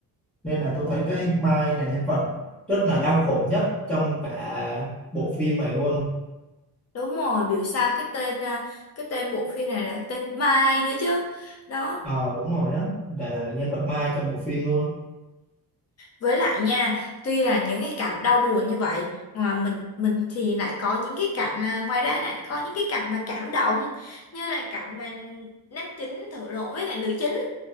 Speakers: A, in the centre; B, on the left (about 40°).
A: nên là tôi thấy cái Mai là nhân vật rất là đau khổ nhất trong cả bộ phim này luôn
B: Đúng rồi, biểu sao cái tên à, cái tên bộ phim này là tên Mai nữa chứ. Đó.
A: ờ đúng rồi á là, là nhân vật Mai trong bộ phim luôn
B: Với lại nha, tuy là những cái cảnh đau buồn như vậy mà mình mình thì lại có những cái cảnh à, ngoài ra lại có những cái cảnh mà cảm động như là cảnh mà nam chính thổ lộ với lại nữ chính